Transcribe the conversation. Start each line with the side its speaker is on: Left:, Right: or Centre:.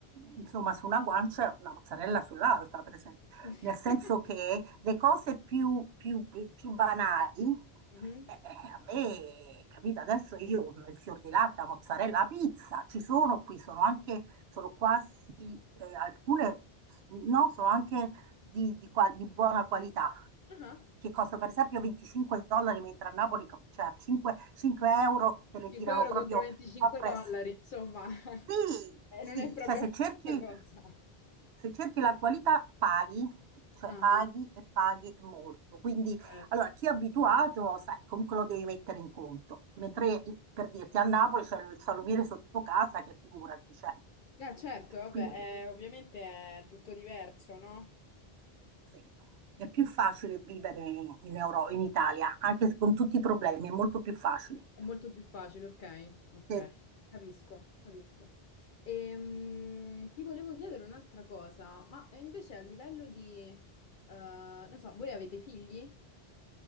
Right: insomma, su una guancia e una mozzarella sull'altra, per esempio,
Left: <laughs>
Right: nel senso che le cose più, più, più banali
Left: Mhm.
Right: eh, a me, capito, adesso io il fior di latte, la mozzarella, la pizza, ci sono qui, sono anche, sono quasi, eh, alcune, no, sono anche di, di qua- di buona qualità,
Left: Ah,
Right: che costano per esempio 25 dollari, mentre a Napoli, co- cioè a 5, 5 euro, te le
Left: 5
Right: tirano
Left: <laughs> euro
Right: proprio
Left: contro 25
Right: appresso.
Left: dollari, insomma,
Right: Sì,
Left: <laughs> eh, non
Right: sì,
Left: è proprio
Right: cioè se
Left: la stessa
Right: cerchi,
Left: cosa.
Right: se cerchi la qualità paghi, cioè
Left: Ah,
Right: paghi e paghi molto. Quindi,
Left: Certo.
Right: allora, chi è abituato, sai, comunque lo devi mettere in conto. Mentre,
Left: ah.
Right: i- per dirti, a Napoli c'è il salumiere sotto casa, che figurati, cioè.
Left: Eh, certo, vabbè,
Right: Quindi,
Left: eh, ovviamente è tutto diverso, no?
Right: sì, è più facile vivere in Euro- in Italia, anche se con tutti i problemi, è molto più facile.
Left: È molto più facile, ok, ok,
Right: Sì.
Left: capisco, capisco. Ehm, ti volevo chiedere un'altra cosa, ma invece a livello di, eh, non so, voi avete figli?